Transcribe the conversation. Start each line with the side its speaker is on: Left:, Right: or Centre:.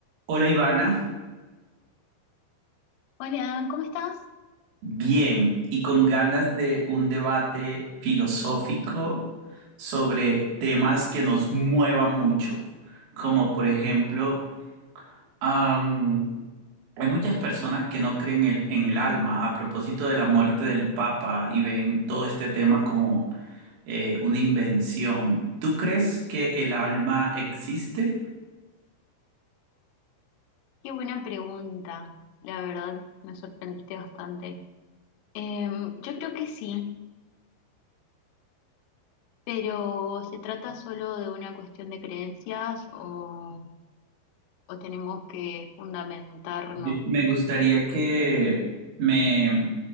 Right: Hola Ivana,
Left: Hola, ¿cómo estás?
Right: bien y con ganas de un debate filosófico sobre temas que nos muevan mucho, como por ejemplo, am, hay muchas personas que no creen el- en el alma a propósito de la muerte del Papa y ven todo este tema como eh, una invención. ¿Tú crees que el alma existe?
Left: Qué buena pregunta. La verdad, me sorprendiste bastante. Em, yo creo que sí, pero ¿se trata solo de una cuestión de creencias o, o tenemos que fundamentarnos?
Right: Ye- Me gustaría que me